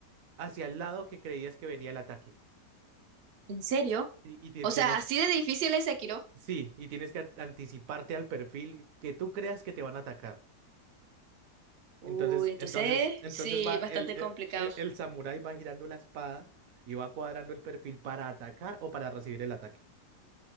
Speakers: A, on the right; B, on the right.
A: hacia el lado que creías que venía el ataque.
B: ¿En serio?
A: Y, y te-
B: O
A: tenías,
B: sea, así de difícil es Sekiro.
A: sí, y tienes que a- anticiparte al perfil que tú creas que te van a atacar.
B: Uy,
A: Entonces,
B: entonces
A: entonces, entonces
B: sí,
A: va el,
B: bastante
A: el,
B: complicado.
A: el- el samurái va girando la espada y va cuadrando el perfil para atacar o para recibir el ataque.